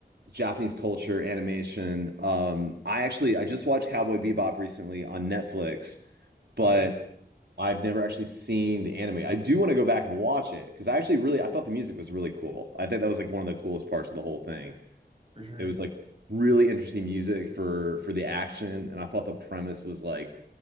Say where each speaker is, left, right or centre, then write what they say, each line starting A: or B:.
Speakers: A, on the right (about 75°); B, on the right (about 35°).
A: Japanese culture, animation. Um I actually I just watched Cowboy Bebop recently on Netflix, but
B: Okay.
A: I've never actually seen the anime. I do want to go back and watch it because I actually really
B: Mm,
A: I thought the music was really cool. I think that was like one of the coolest parts of the whole thing.
B: For sure.
A: It was like really interesting music for for the action, and I thought the premise was like